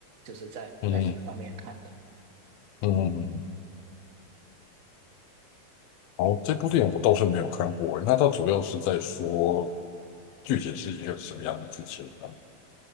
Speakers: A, on the right (about 45°); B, on the left (about 70°).
A: 就是在
B: 嗯
A: Netflix 上面看的。
B: 嗯嗯。哦，这部电影我倒是没有看过诶，那它主要是在说剧情是一个什么样的剧情啊？